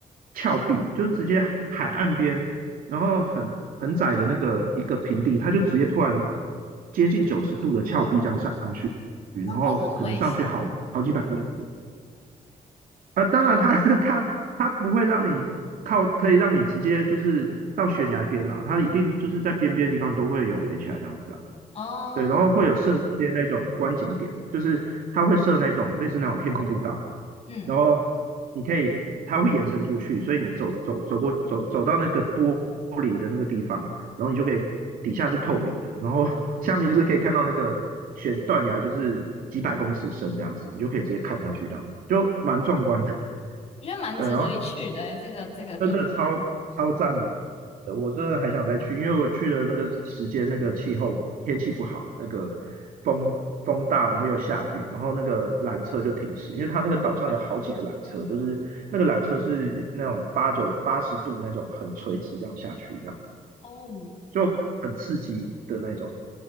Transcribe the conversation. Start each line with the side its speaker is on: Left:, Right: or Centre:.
Right: 峭壁，就是直接海岸边，然后很很窄的那个一个平地，它就直接突然接近九十度的峭壁这样上去。然后可能上去好好几百万
Left: 那不会很危险？
Right: 啊。当然它，它它不会让你靠，可以让你直接就是到悬崖边啊，它一定就是在边边的地方都会有围起来这样子啊。
Left: 哦，
Right: 对，然后会有设一些那种观景点，就是它会设那种类似那种天空步道，
Left: 嗯，
Right: 然后你可以，它会延伸出去，所以你走走走过走走到那个玻璃的那个地方，然后你就可以底下是透明的，然后 <laughs> 下面就是可以看到那个悬断崖，就是几百公尺深这样子，你就可以直接看下去这样子，就蛮壮观的。<laughs>
Left: 我觉得蛮值得一去的诶这个这个地方
Right: 对，然后真的超超赞的，我真的还想再去，因为我去的那个时间，那个气候天气不好，那个风风大，然后又下雨，然后那个缆车就停驶，因为它那个岛上有好几个缆车，就是那个缆车是那种八九八十度那种很垂直这样下去，这样子
Left: 哦。
Right: 就很刺激的那种